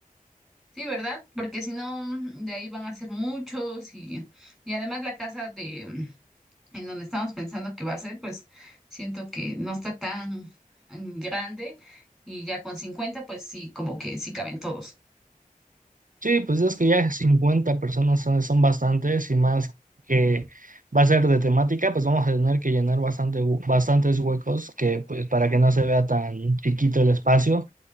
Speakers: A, in the centre; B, on the right.
A: Sí, ¿verdad? Porque si no, mm, de ahí van a ser muchos y, y además la casa de mm, en donde estamos pensando que va a ser, pues siento que no está tan mm, grande y ya con 50 pues sí, como que sí caben todos.
B: Sí, pues es que ya 50 personas son, son bastantes y más que va a ser de temática, pues vamos a tener que llenar bastante, hu- bastantes huecos que, pues, para que no se vea tan chiquito el espacio.